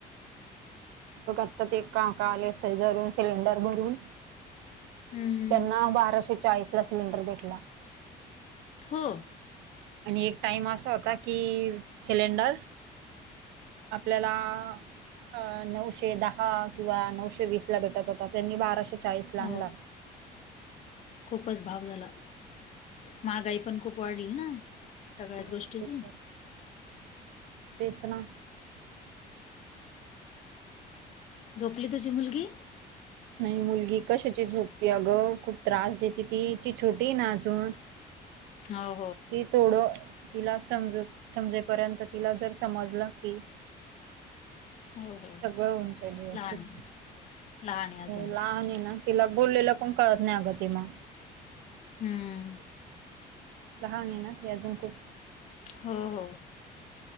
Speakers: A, on the right (about 85°); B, on the left (about 40°).
A: बघ आता ते काका आले शेजारून सिलेंडर भरून,
B: हम्म
A: त्यांना बाराशे चाळीसला सिलेंडर भेटला.
B: हो
A: आणि एक टाइम असा होता की सिलेंडर आपल्याला अं नऊशे दहा किंवा नऊशे वीसला भेटत होता त्यांनी बाराशे चाळीस ला
B: हो
A: आणला
B: खूपच भाव झाला, महागाई पण खूप वाढली ना. सगळ्याच
A: हो
B: गोष्टीची
A: ते तर, तेच ना.
B: झोपली तुझी मुलगी?
A: नाही मुलगी कशाची झोपती अगं, खूप त्रास देते ती ती छोटी आहे ना अजून
B: हाव.
A: ती थोड, तिला समज समजेपर्यंत तिला जर समजलं की
B: हो, हो
A: सगळं होऊन जाईल व्यवस्थित
B: लहान आहे. लहान आहे अजून
A: हो लहान आहे ना, तिला बोललेलं पण कळत नाही अगं ते मग.
B: हम्म.
A: लहान आहे ना. ते अजून खूप
B: हो हो.